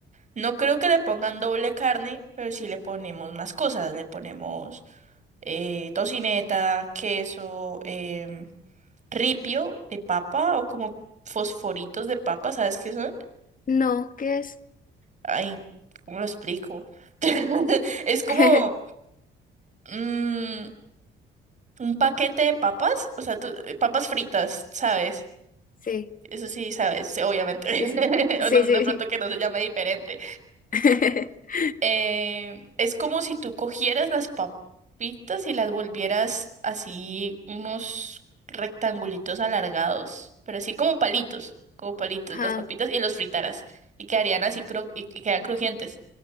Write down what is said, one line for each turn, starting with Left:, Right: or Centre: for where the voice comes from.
Right: No creo que le pongan doble carne, pero sí le ponemos más cosas, le ponemos eh, tocineta, queso, em, ripio de papa o como fosforitos de papa, ¿sabes qué son?
Left: no, ¿qué es?
Right: Ay, ¿cómo lo explico? <laughs> Es como
Left: <laughs>
Right: mm, un paquete de papas, o sea, tú- eh, papas fritas, ¿sabes?
Left: Sí,
Right: Eso sí, sabes, Sí, obviamente.
Left: sí,
Right: <laughs>
Left: sí, sí,
Right: O no,
Left: sí, sí,
Right: De pronto
Left: sí.
Right: que no se llame diferente.
Left: <laughs>
Right: Eh, es como si tú cogieras las papitas y las volvieras así unos rectangulitos alargados, pero así como palitos, como palitos,
Left: Ajá,
Right: las papitas y los fritaras y quedarían así cro y que quedan crujientes.